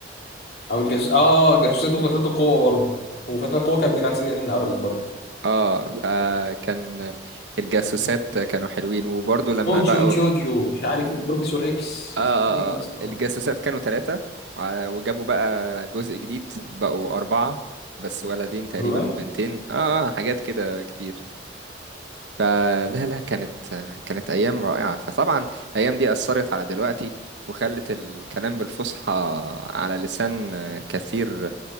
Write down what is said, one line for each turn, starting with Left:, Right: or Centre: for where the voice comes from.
Left: أو الجاسوس آه جاسوسات وفتاة القوة برضه وفتاة القوة كان بيجي على سي إن عربي برضه
Right: اه فكان الجاسوسات كانوا حلوين وبرضه لما
Left: اوتشيو
Right: بقوا
Left: اوتشيو اوتشيو مش عارف البروفيسور اكس
Right: اه
Left: ايه يا
Right: اه اه
Left: اسطى
Right: الجاسوسات كانوا ثلاثة وجابوا بقى جزء جديد بقوا أربعة بس ولدين تقريبا
Left: والله
Right: وبنتين اه آه، آه، حاجات كده كتير فلا لا كانت كانت أيام رائعة فطبعا الأيام دي أثرت على دلوقتي وخلت الكلام بالفصحى على لسان كثير